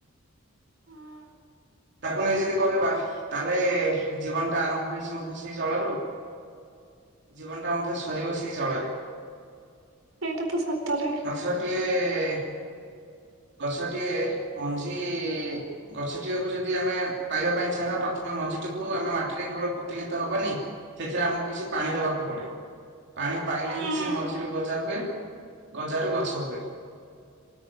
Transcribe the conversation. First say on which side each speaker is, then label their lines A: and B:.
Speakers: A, on the right; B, on the right.
A: ହଁ
B: ତାକୁ ନେଇ ଯଦି କହିବା! ତା, ହେଲେ ଜୀବନ ଟା ଆରମ୍ଭ ହେଇଛି, ମଧ୍ୟ ସେଇ ଜଳରୁ। ଜୀବନଟା ମଧ୍ୟ ସରିବ ସେଇ ଜଳରେ।
A: ଏଇଟା ତ ସତରେ
B: ଗଛଟିଏ-ଏ ଗଛଟିଏ ମଞ୍ଜି-ଇ ଗଛଟିଏକୁ ଯଦି ଆମେ ପାଇବା ପାଇଁ ଚାହିଁବା, ପ୍ରଥମେ ମଞ୍ଜିଟିକୁ ଆମେ ମାଟିରେ କେବଳ ପୁତିଲେତ ହବନି? ସେଥିରେ ଆମକୁ କିଛି ପାଣି ଦବାକୁ ପଡେ। ପାଣି ପାଇଲେ
A: ହୁଁ
B: ହିଁ ସେ ମଝିରୁ ଗଜା ହୁଏ। ଗଜାରୁ ଗଛ ହୁଏ।